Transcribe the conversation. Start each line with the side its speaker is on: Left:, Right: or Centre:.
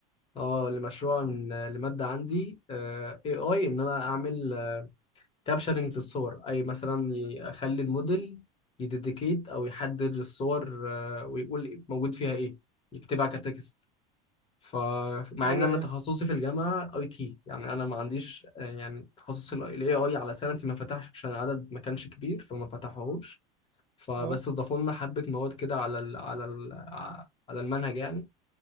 Left: اه لمشروع من آه، لماده عندي اي اي ان انا اعمل كابشرنج للصور اي مثلا يخلي الموديل يديديكيت او يحدد الصور آه، ويقول موجود فيها ايه يكتبها كتكست فمع
Right: ايوه
Left: ان انا
Right: ايوه
Left: تخصصي في الجامعه اي تي يعني انا ما عنديش آه، يعني تخصص الاي اي على سنتي ما فتحش عشان العدد ما كانش كبير فما فتحوهوش فبس
Right: اه
Left: اضافوا لنا حبه مواد كده على ال على ال على المنهج يعني